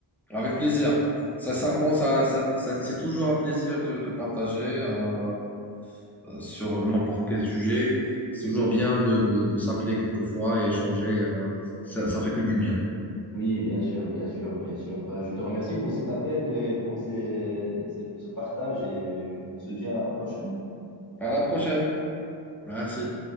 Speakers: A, in the centre; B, on the left (about 40°).
A: Avec plaisir. Sincèrement, ça, ça, ça- c'est toujours un plaisir de, de partager euh, sur n'importe quel sujet. C'est toujours bien de, de, de s'appeler quelquefois et échanger. euh, ça, ça fait que du bien.
B: Oui, bien sûr, bien sûr, bien sûr. Bah, je te remercie pour cet appel et pour ces, ces- ce partage et on se dit à la prochaine.
A: À la prochaine. Merci.